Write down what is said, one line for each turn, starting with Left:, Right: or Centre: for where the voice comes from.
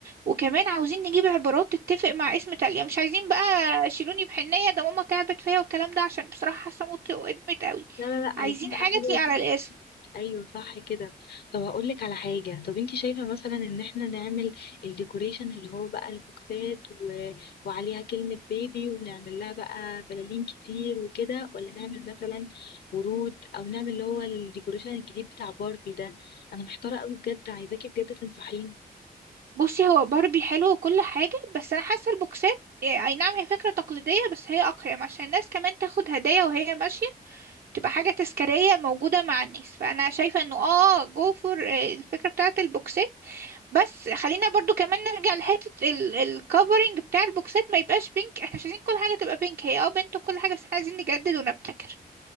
Right: وكمان عاوزين نجيب عبارات تتفق مع اسم إيطاليا مش عايزين بقى شيلوني بحنية ده ماما تعبت فيا والكلام ده عشان بصراحة حاسة موت وقدمت قوي
Left: لا لا لا
Right: عايزين
Left: عايزين بقى
Right: حاجة
Left: حاجه
Right: تليق على الاسم
Left: ايوه صح كده طب هقول لك على حاجه طب انت شايفه مثلا ان احنا نعمل الديكوريشن اللي هو بقى البوكسات و... وعليها كلمه بيبي ونعمل لها بقى بلالين كتير وكده ولا نعمل مثلا ورود او نعمل اللي هو الديكوريشن الجديد بتاع باربي ده انا محتاره قوي بجد عايزاكي بجد تنصحيني
Right: بصي هو باربي حلو وكل حاجة بس أنا حاسة البوكسات يعني أي نعم هي فكرة تقليدية بس هي أقيم عشان الناس كمان تاخد هدايا وهي ماشية تبقى حاجة تذكارية موجودة مع الناس فأنا شايفة إنه آه جو فور الفكرة بتاعة البوكسات بس خلينا برضو كمان نرجع لحتة الكفرنج بتاع البوكسات ما يبقاش بينك احنا مش عايزين كل حاجة تبقى بينك هي اه بنت وكل حاجة بس احنا عايزين نجدد ونبتكر